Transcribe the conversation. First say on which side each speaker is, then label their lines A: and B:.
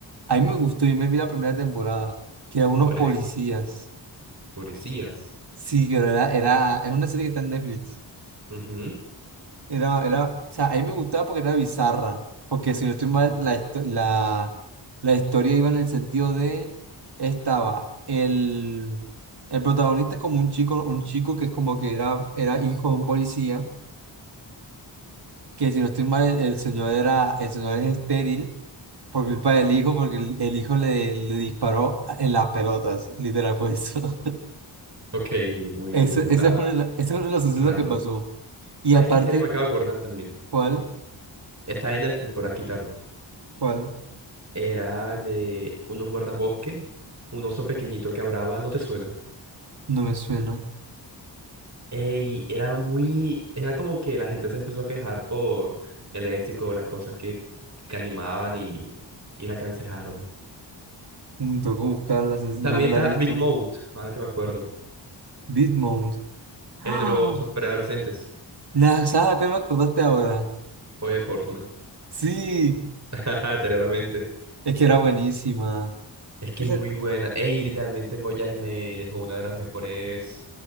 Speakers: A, on the right; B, on the right.
A: A mí me gustó, yo me vi la primera temporada, que era unos
B: ¿cuál
A: policías.
B: es? Policías.
A: Sí, que era, era, es una serie que está en Netflix.
B: Ujú.
A: Era, era, o sea, a mí me gustaba porque era bizarra, porque si no estoy mal, la, histo- la, la historia iba en el sentido de, estaba el, el protagonista como un chico, un chico que es como que era, era hijo de un policía, que si no estoy mal, el, el señor era, el señor es estéril por culpa del hijo, porque el, el hijo le, le disparó en las pelotas, literal fue eso. <laughs>
B: Ok, muy,
A: Ese,
B: o sea,
A: ese es uno de la- ese es uno de los sucesos
B: random.
A: que pasó. Y
B: ¿Sabes
A: aparte,
B: qué serie me acabo de acordar también?
A: ¿cuál?
B: Está en Netflix, por aquí tarde.
A: ¿Cuál?
B: Era de unos guardabosques, un oso pequeñito que hablaba, ¿no te suena?
A: No me suena.
B: Ey, era muy, era como que la gente se empezó a quejar por el ético, las cosas que, que animaban y, y la cancelaron.
A: Mm, Tengo que buscarla, se-
B: También
A: no me
B: está
A: la he visto.
B: Big Mouth, ahora que me acuerdo,
A: Bitmount. ¡Ah!
B: el de los preadolescentes,
A: La saga que me acordaste ahora.
B: Boya Horseman.
A: Sí,
B: <laughs> Te leo la mente.
A: es que era buenísima.
B: Es que
A: Ese-
B: es muy buena. Ey, literalmente Bojack me dejó una de las mejores,